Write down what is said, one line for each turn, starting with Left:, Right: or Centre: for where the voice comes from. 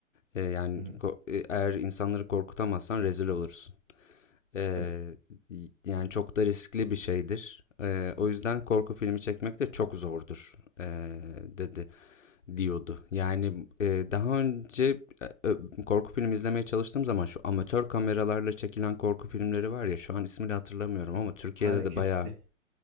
Left: e, yani
Right: Hı
Left: ko-
Right: hı.
Left: e, eğer insanları korkutamazsan rezil olursun. Ee,
Right: Tabii.
Left: yani çok da riskli bir şeydir. Ee,
Right: Hı
Left: o
Right: hı.
Left: yüzden korku filmi çekmek de çok zordur ee, dedi diyordu. Yani e, daha önce e, ö- korku filmi izlemeye çalıştığım zaman şu amatör kameralarla çekilen korku filmleri var ya şu an ismini hatırlamıyorum
Right: Hı.
Left: ama
Right: hı.
Left: Türkiye'de
Right: Hareketli.
Left: de bayağı